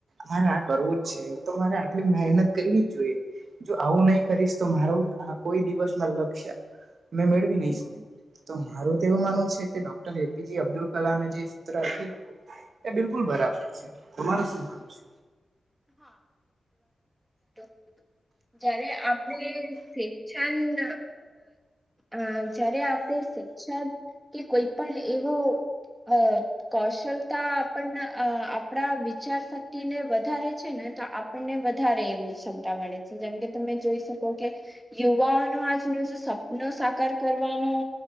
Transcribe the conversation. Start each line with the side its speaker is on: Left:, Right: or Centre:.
Right: મારે આ કરવું જ છે તો મારે આટલી મહેનત કરવી જ જોઈએ. જો આવું નહી કરીશ તો મારૂ આ કોઈ દિવસ ના લક્ષ્ય મેં મેળવી નહી શકી. તો મારું તો એવું માનવું છે કે ડોક્ટર એપીજી અબ્દુલ કલામે જે શુંત્ર આપ્યું. એ બિલકુલ બરાબર છે, તમાર શું માનું છે?
Centre: હા <unintelligible> જયારે આપડે શિક્ષણ અ જયારે આપણે શિક્ષણ કે કોઈ પણ એવો અ કૌશલતા આપણને આપણા વિચાર શક્તિને વધારે. છે ને તો આપણને વધારે એવું ક્ષમતા મળે છે જેમકે તમે જોઈ શકો કે. યુવાઓનો આજનો જે સપનો સાકાર કરવાનો